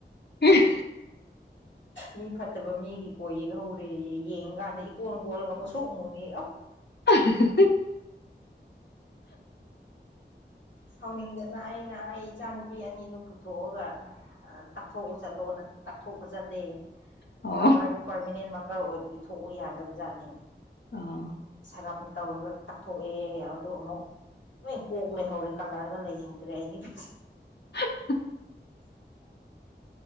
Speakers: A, on the left; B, on the left.
A: ꯎꯝ
B: ꯃꯤ ꯐꯠꯇꯕ ꯃꯤꯒꯤ ꯀꯣ ꯌꯦꯛ ꯍꯧꯧꯔꯦ ꯌꯦꯡ ꯀꯥꯟꯗ ꯏꯀꯣꯟ ꯀꯣꯜꯂꯒ ꯃꯨꯁꯨꯛ ꯃꯨ <unintelligible>
A: <unintelligible>
B: ꯁꯥꯎꯅꯤꯡꯗꯅ ꯑꯩꯅ ꯑꯩ ꯏꯆꯥꯅꯨꯄꯤ ꯑꯅꯤꯗꯨ ꯄꯨꯊꯣꯛꯑꯒ ꯇꯥꯛꯊꯣꯛꯑꯣ ꯆꯠꯂꯣ ꯇꯥꯛꯊꯣꯛꯄ ꯆꯠꯂꯦ
A: ꯑꯣ
B: ꯃꯥꯀꯥꯔꯗꯨ ꯄꯥꯔꯃꯤꯅꯦꯟ ꯗꯔꯀꯥꯔ ꯑꯣꯏꯕꯒꯤ ꯊꯣꯛꯎ ꯌꯥꯗꯕ ꯖꯥꯠꯅꯤ
A: ꯑꯣ
B: ꯁꯔꯞ ꯇꯧꯔꯒ ꯇꯛꯊꯣꯛꯑꯦ ꯑ ꯑꯃꯨꯛ ꯂꯣꯏ ꯀꯣꯛ ꯂꯩꯍꯧꯔꯦ ꯀꯂꯔꯒ ꯂꯩꯍꯧꯗ꯭ꯔꯦ ꯑꯩꯒꯤꯗꯤ
A: <unintelligible>